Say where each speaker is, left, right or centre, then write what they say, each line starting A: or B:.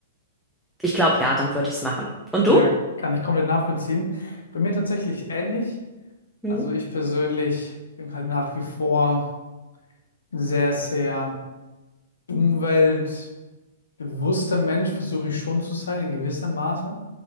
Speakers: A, in the centre; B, on the left.
A: ich glaube, ja, dann würde ich es machen. Und
B: Ja,
A: du?
B: kann ich komplett nachvollziehen. Bei mir tatsächlich ähnlich.
A: Mhm.
B: Also ich persönlich bin halt nach wie vor sehr, sehr Umwelt Bewusster Mensch versuche ich schon zu sein, in gewissem Maße.